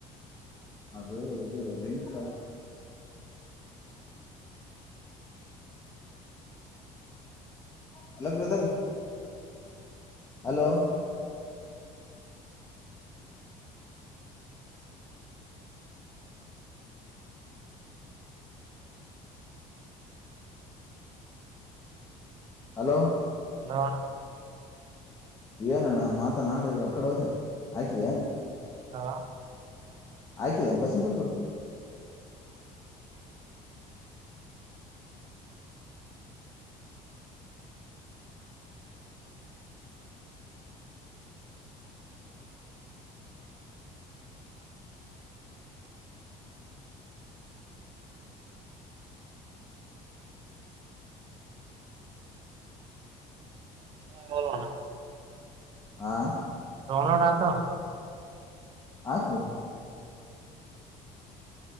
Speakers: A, on the left; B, on the right.
A: ಅದು ಇದು ಲಿಂಕ್ ಆಗ್ತ ಹಲೋ ಬ್ರದರ್ ಹಲೋ ಹಲೋ
B: ಹಲೋಣ
A: ಏನ ಅಣ್ಣ ಮಾತ ನಾಡು ಆ ಕಡೆ ಹೋ್ತಲ್ ಆಾಕಿದಏನ್
B: ಹಾ
A: ಆಯ್ಕಿದ್ದೇನೆ ಕ್ವಶನ್ ಪೇಪರ್
B: ಅ ಶೇಲಣ
A: ಹಾ
B: ರೋನಾಲ್ಡ ಆತ
A: ಆಾಕ್ ಮದು